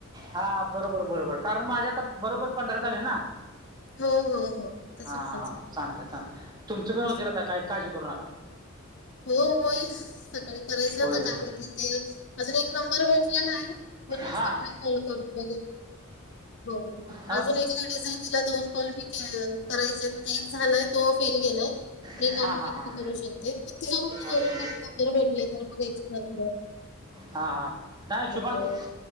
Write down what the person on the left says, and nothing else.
हो, हो, हो. त्याच्यामुळेच
असं.
हो होईल सकाळी करायचं
आता
काय होतील ते - अजून एक नंबर भेटलेला म्हंटल
सकाळी कॉल करून बगू- हो हो मग
अजून एक लेडीज आहे तिला दोन कॉल मी केलं करायचे म्हणजे एक झालाय - तो फेल गेलाय
एक अजून
एक
करू शकते - तिच्या कडूनच जवळ
जवळ भरपूर नंबर भेटले करून एक्स्ट्रा थोडं -
मग